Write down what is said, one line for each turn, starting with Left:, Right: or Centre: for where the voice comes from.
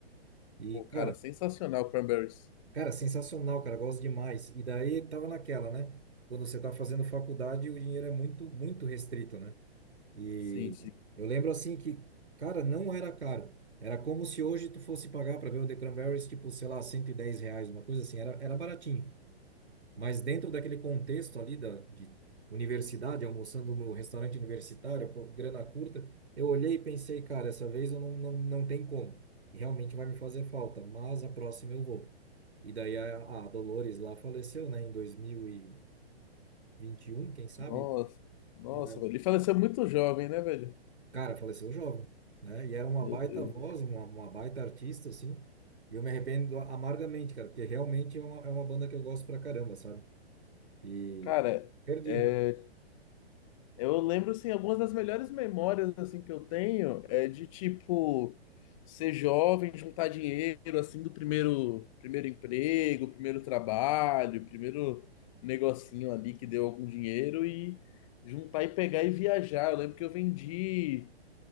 Right: E,
Left: Pô,
Right: cara,
Left: cara, sensacional, Cranberries.
Right: Cara, sensacional, cara, gosto demais. E daí tava naquela, né? Quando você tá fazendo faculdade, o dinheiro é muito, muito restrito, né? E
Left: Sim, sim.
Right: eu lembro assim que, cara, não era caro. Era como se hoje tu fosse pagar para ver o The Cranberries, tipo, sei lá, 110 reais, uma coisa assim, era, era baratinho. Mas dentro daquele contexto ali da, de universidade, almoçando no restaurante universitário, pô, grana curta, eu olhei e pensei, cara, essa vez eu não, não, não tem como. E realmente vai me fazer falta, mas a próxima eu vou. E daí a, a Dolores lá faleceu, né, em dois mil e e vinte e um quem sabe?
Left: Nossa, nossa,
Right: Não lembro.
Left: velho. Ele faleceu muito jovem, né, velho?
Right: Cara, faleceu jovem, né? E era uma
Left: Meu
Right: baita
Left: Deus.
Right: voz, uma, uma baita artista, assim. E eu me arrependo amargamente, cara, porque realmente é uma, é uma banda que eu gosto pra caramba, sabe? E
Left: Cara,
Right: perdi,
Left: é.
Right: né?
Left: Eu lembro, assim, algumas das melhores memórias, assim, que eu tenho é de, tipo, ser jovem, juntar dinheiro, assim, do primeiro, primeiro emprego, primeiro trabalho, primeiro negocinho ali que deu algum dinheiro e juntar e pegar e viajar. Eu lembro que eu vendi